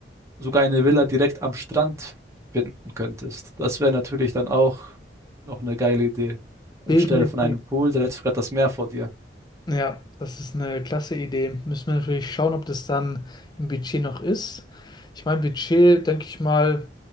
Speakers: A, on the right; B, on the left.
A: sogar eine Villa direkt am Strand finden könntest. Das wäre natürlich dann auch noch eine geile Idee. Anstelle
B: Definitiv.
A: von einem Pool, da hättest du gerade das Meer vor dir.
B: Ja, das ist eine klasse Idee. Müssen wir natürlich schauen, ob das dann im Budget noch ist. Ich meine, Budget, denke ich mal,